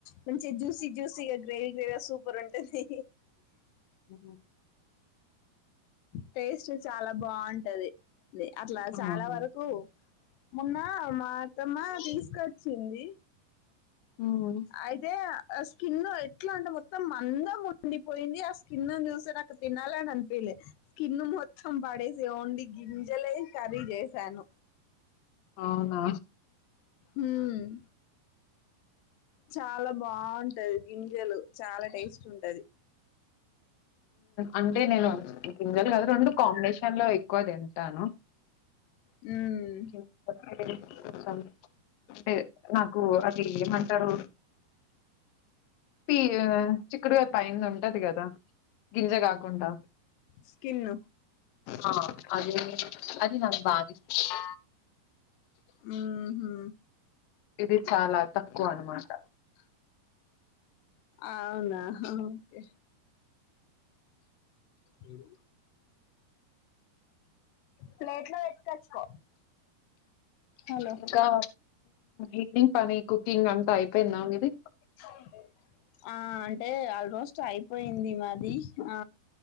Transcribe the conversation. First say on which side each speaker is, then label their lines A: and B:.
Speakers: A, on the left (about 85°); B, on the left (about 70°).
A: మంచిగా జ్యూసీ జ్యూసీగా గ్రేవీ గ్రేవీగా సూపర్ ఉంటది
B: ఆ
A: టేస్ట్ చాలా బాగుంటది అట్లా
B: అవునా
A: చాలా వరకు మొన్న మా అత్తమ్మ తీసుకొచ్చింది
B: హ్మ్
A: అయితే స్కిన్ ఎట్లా అంటే మొత్తం మందం ఉండిపోయింది ఆ స్కిన్ చూసి నాకు తినాలి అని అనిపించలేదు స్కిన్ మొత్తం పడేసి ఓన్లీ గింజలే కర్రీ చేసాను
B: అవునా
A: మ్మ్ హ్ చాలా బాగుంటది గింజలు చాలా టేస్ట్ ఉంటది
B: అంటే నేను గింజలు కదా రెండు కాంబినేషన్ లో ఎక్కువ తింటాను
A: హ్మ్
B: కొంచెం అంటే నాకు అది ఏమంటారు పియు చిక్కుడుగాయ పైన ఉంటది కదా గింజ కాకుండా
A: స్కిన్
B: ఆ అదే అది నాకు బాగా ఇష్టం
A: మ్మ్, హ్మ్ హు
B: ఇది చాలా తక్కువ అన్నమాట
A: అవునా ఆ ఓకే అ ప్లేట్ లో పెట్టుకచ్చుకో హలో
B: ఇంకా ఈవినింగ్ పని కుకింగ్ అంతా అయిపోయిందా మిది
A: కాలే ఆ అంటే ఆల్మోస్ట్ అయిపోయింది మాది ఆ